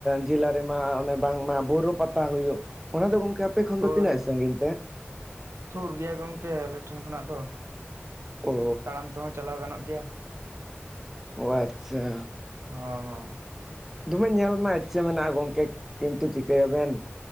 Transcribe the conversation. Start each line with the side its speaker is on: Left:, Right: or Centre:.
Centre: ᱡᱮᱞᱟ ᱨᱮᱢᱟ ᱚᱱᱮ ᱵᱟᱝᱢᱟ ᱵᱩᱨᱳ ᱯᱟᱛᱟ ᱯᱟ ᱦᱩᱭᱩᱜ ᱚᱱᱟ ᱫᱚ ᱜᱚᱝᱠᱮ ᱟᱯᱮ ᱠᱷᱚᱱ
Right: ᱦᱳᱭ
Centre: ᱫᱚ ᱛᱤᱱᱟᱹᱜ ᱥᱟᱹᱜᱤᱧ ᱛᱮ?
Right: ᱥᱩᱨ ᱜᱮᱭᱟ ᱜᱚᱝᱠᱮ ᱟᱞᱮ ᱴᱷᱮᱱ ᱠᱷᱚᱱᱟᱜ ᱫᱚ
Centre: ᱚ
Right: ᱛᱟᱲᱟᱢ ᱛᱮᱦᱚᱸ ᱪᱟᱞᱟᱣ ᱜᱟᱱᱚᱜ ᱜᱮᱭᱟ᱾
Centre: ᱳ ᱟᱪᱪᱷᱟ᱾
Right: ᱦᱚᱸ ᱦᱚᱸ᱾
Centre: ᱫᱚᱢᱮ ᱧᱮᱞ ᱨᱮᱱᱟᱜ ᱤᱪᱪᱷᱟᱹ ᱢᱮᱱᱟᱜᱼᱟ ᱜᱚᱝᱠᱮ ᱠᱤᱱᱛᱩ ᱪᱤᱠᱟᱹᱭᱟᱵᱮᱱ